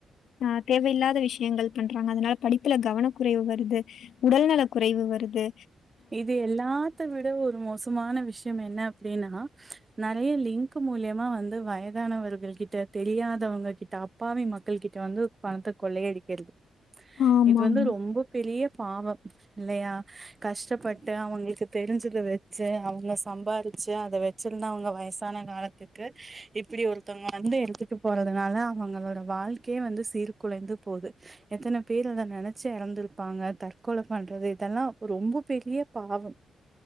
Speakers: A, on the left; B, on the right.
A: ஆ தேவஇல்லாத விஷயங்கள் பண்றாங்க அதனால படிப்புல கவன குறைவு வருது உடல்நல குறைவு வரு து
B: இது எல்லாத்த விட ஒரு மோசோ முக்கியமான விஷயோ என்ன அப்டின்னா நெறையா லிங்க் மூலியமா வந்து வயதானவர்கள் கிட்ட தெரியாதவங்க கிட்ட அப்பாவி மக்கள் கிட்ட வந்து பணத்த கொள்ள அடிக்கிறது
A: ஆமாமா.
B: இது வந்து ரொம்ப பெரிய பாவம் இல்லயா கஷ்டப்பட்டு
A: கண்டிப்பா.
B: அவங்களுக்கு தெரிஞ்சு இத வச்சு அவங்க சம்பாதிச்சு அத வச்சிருந்து அவங்க வயசான காலத்துக்கு இப்படி ஒருத்தவங்க வந்து எடுத்துட்டு போறதுனால அவங்களோட வால்க்கையே வந்து சீர்குலைந்து போது எத்தன பேர் அத நினைச்சு எறந்திருப்பாங்க தற்கொல பண்றது இதெல்லா ரொம்ப பெரிய பாவோ